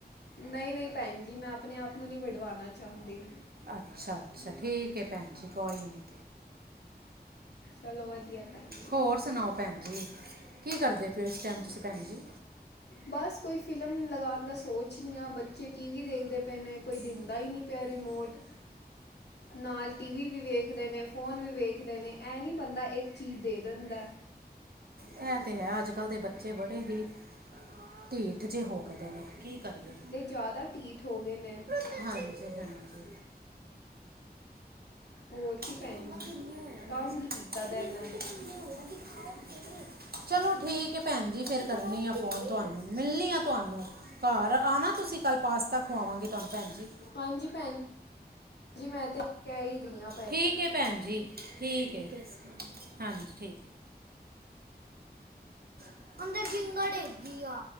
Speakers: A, on the left (about 85°); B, on the right (about 65°).
A: ਨਈ-ਨਈ ਭੈਣ ਜੀ ਮੈਂ ਆਪਣੇ ਆਪ ਨੂੰ ਨੀ ਵਡਵਾਣਾ ਚਾਦੀ।
B: ਅੱਛਾ-ਅੱਛਾ ਠੀਕ ਏ ਭੈਣ ਜੀ ਕੋਈ ਨੀ।
A: ਚਲੋ ਵਧੀਆ ਭੈਣ
B: ਹੋਰ ਸੁਣਾਓ ਭੈਣ ਜੀ ਕੀ ਕਰਦੇ ਪੇਓ ਇਸ ਟਾਈਮ ਤੁਸੀਂ ਭੈਣ ਜੀ?
A: ਬਸ ਕੋਈ ਫ਼ਿਲਮ ਲਗਾਣ ਦਾ ਸੋਚ ਰੀ ਆ ਬੱਚੇ ਟੀ ਵੀ ਦੇਖਦੇ ਪਏ ਨੇ ਕੋਈ ਦਿੰ ਦਾ ਈ ਨੀ ਪੇਆ ਰਿਮੋਟ। ਨਾਲ ਟੀ ਵੀ-ਵੀ ਵੇਖ ਰੇ ਨੇ, ਫ਼ੋਨ ਵੀ ਵੇਖ ਰੇ ਨੇ ਐ ਨੀ ਬੰਦਾ ਇੱਕ ਚੀਜ਼ ਦੇ ਦਿੰਦਾ।
B: ਐ 'ਤੇ ਹੈ ਅੱਜ-ਕੱਲ ਦੇ ਬੱਚੇ ਬੜੇ ਹੀ, ਢੀ ਠ ਜੇ ਹੋ ਕੇਦੇ ਨੇ ਕੀ ਕਰੀਏ।
A: ਕਾਦਾ ਢੀ ਠ ਹੋਗੇ ਨੇ।
B: ਹਾਂਜੀ-ਹਾਂਜੀ।
A: ਹੋਰ ਕੀ
B: ਦਿਖਾਵਾ
A: ਭੈਣ ਜੀ
B: ਕਿੰਨੇ ਹੋਇਆ ਮਿੰਟ
A: ਤੰਗ ਕੀਤਾ ਦਾ
B: ਮਿੰਟ
A: ਏਨਾਂ ਨੇ।
B: ਕਿੰਨੇ ਹੋਇਆ ਦਿਖਾਓ ਚਲੋ ਠੀਕ ਏ ਭੈਣ ਜੀ ਫੇਰ ਕਰਨੀ ਆ ਫੋਨ ਤੁਹਾਨੂੰ ਮਿਲਣੀ ਆ ਤੁਹਾਨੂੰ। ਘਰ ਆ ਨਾ ਤੁਸੀਂ ਕੱਲ ਪਾਸਤਾ ਖਵਾਵਾਂਗੇ ਤੁਹਾਨੂੰ ਭੈਣ ਜੀ।
A: ਹਾਂਜੀ ਭੈਣ, ਜੀ ਮੈਂ 'ਤੇ ਕੈ ਈ ਰੀ ਆ
B: ਠੀਕ ਏ ਭੈਣ ਜੀ ਠੀਕ ਏ ਹਾਂਜੀ ਠੀਕ। ਹੈ। ਅੰਦਰ ਜਿੰਗਾ ਡੇਗੀ ਆ।